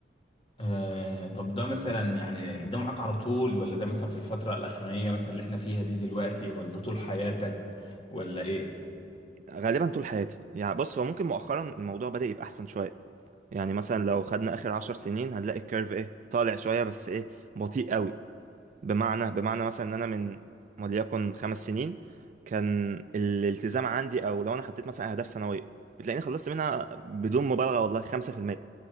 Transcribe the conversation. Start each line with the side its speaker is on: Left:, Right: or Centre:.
Left: آه طب ده مثلا يعني ده معاك على طول ولا ده مثلا في الفترة الأخرانية مثلا اللي احنا فيها دي دلوقتي ولا طول حياتك ولا ايه؟
Right: غالبا طول حياتي يعني بص هو ممكن مؤخرا الموضوع بدأ يبقى احسن شويه يعني مثلا لو خدنا اخر عشر سنين هنلاقي الكيرف ايه طالع شويه بس ايه بطيء قوي بمعنى بمعنى مثلا ان انا من وليكن خمس سنين كان الالتزام عندي او لو انا حطيت مثلا اهداف سنويه بتلاقيني خلصت منها بدون مبالغه والله 5%